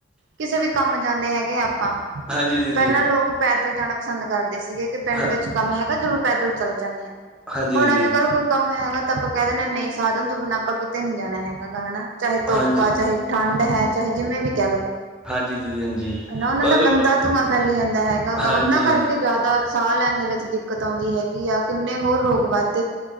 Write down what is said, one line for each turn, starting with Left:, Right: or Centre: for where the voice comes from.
Right: ਕਿਸੇ ਵੀ ਕੰਮ ਜਾਂਦੇ ਹੈਗੇ ਆਪਾਂ
Centre: ਹਾਂਜੀ ਦੀਦੀ
Right: ਪਹਿਲਾਂ ਲੋਕ ਪੈਦਲ ਜਾਣਾ ਪਸੰਦ ਕਰਦੇ ਸੀਗੇ ਕਿ ਪਿੰਡ
Centre: ਹਾਂ
Right: ਵਿੱਚ ਕੰਮ ਹੈਗਾ ਚਲੋ ਪੈਦਲ ਚੱਲ ਜਾਂਦੇ ਆਾਂ
Centre: ਹਾਂਜੀ
Right: ਹੁਣ
Centre: ਦੀਦੀ
Right: ਅੱਜ ਕੱਲ ਕੋਈ ਕੰਮ ਹੈਗਾ ਤਾਂ ਆਪਾਂ ਕਹਿ ਦਿੰਦੇ ਹ ਨਹੀਂ ਸਾਧਨ ਤੋਂ ਬਿਨਾਂ ਆਪਾਂ ਕਿਤੇ ਨਹੀਂ ਜਾਣਾ ਹੈਗਾ ਗਾ ਹਨਾ ਚਾਹੇ ਧੁੱਪ
Centre: ਹਾਂਜੀ
Right: ਹੈ ਚਾਹੇ ਠੰਢ ਹੈ ਚਾਹੇ ਜਿਵੇਂ ਵੀ ਕਹਿ ਲੋੋ
Centre: ਹਾਂਜੀ ਦੀਦੀ ਹਾਂਜੀ
Right: ਹਨਾ ਉਹਨਾਂ
Centre: ਪਰ
Right: ਦਾ ਗੰਦਾ ਧੂੰਆਂ ਫੈਲੀ ਜਾਂਦਾ ਹੈਗਾ ਗਾ
Centre: ਹਾਂਜੀ
Right: ਉਹਨਾਂ ਕਰਕੇ ਜ਼ਿਆਦਾ ਸਾਹ ਲੈਣ ਦੇ ਵਿੱਚ ਦਿੱਕਤ ਆਉਂਦੀ ਹੈਗੀ ਆ ਕਿੰਨੇ ਹੋਰ ਰੋਗ ਵੱਧ